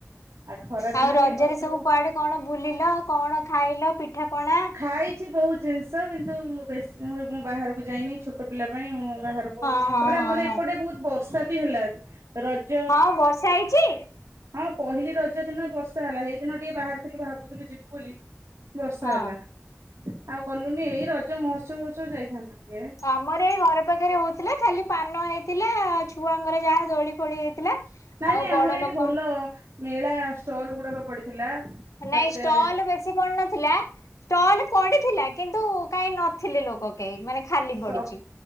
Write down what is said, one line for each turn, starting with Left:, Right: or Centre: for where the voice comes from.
Right: ଆଉ ଖରା ଦିନ
Left: ଆଉ ରଜରେ
Right: ଟିକେ କଷ୍ଟ
Left: ସବୁ
Right: ହବ
Left: କୁଆଡେ, କଣ ବୁଲିଲ, କଣ ଖାଇଲ, ପିଠା ପଣା?
Right: ଖାଇଛି ବହୁତ ଜିନିଷ କିନ୍ତୁ ବେଶୀ ମୁଁ ବାହାରକୁ ଯାଇନି। ଛୋଟ ପିଲା ପାଇଁ ମୁଁ ବାହାରକୁ
Left: ହଁ
Right: ତାପରେ
Left: ହଁ ହଁ
Right: ଆମର
Left: ହଁ
Right: ଏପଟେ ବହୁତ ବର୍ଷା ବି ହେଲା ରଜ
Left: ହଁ ବର୍ଷା ହେଇଛି?
Right: ହଁ ପହିଲି ରଜ ଦିନ ବର୍ଷା ହେଲା ହେଇଦିନ ଟିକେ ବାହାରିଥିଲୁ ଭାବୁଥିଲୁ ଯିବୁ ବୋଲି ବର୍ଷା
Left: ହଁ।
Right: ହେଲା ଆଉ ଗଲୁନି ଏଇ ରଜ ମହୋତ୍ସବ ଫୋତ୍ସବ ଯାଇଥାନ୍ତୁ ଟିକେ
Left: ଆମର ଏଇ ଘର ପାଖରେ ହଉ ଥିଲା ଖାଲି ପାନ ହେଇଥିଲା ଛୁଆଙ୍କର ଯାହା ଦୋଳି ଫୋଳି ହେଇଥିଲା।
Right: ନାଇଁ
Left: ଆଉ
Right: ନାଇଁ
Left: ବଡ
Right: ଆମର ଏଠି
Left: ଲୋକଙ୍କ
Right: ଭଲ ମେଳା ଷ୍ଟଲ ଗୁଡାକ ପଡିଥିଲା। ତାପରେ
Left: ନାଇଁ ଷ୍ଟଲ ବେଶୀ ପଡିନଥିଲା। ଷ୍ଟଲ ପଡିଥିଲା କିନ୍ତୁ କାଇହିଁ ନଥିଲି ଲୋକ କେହି ମାନେ ଖାଲି
Right: ସବ
Left: ପଡିଛି।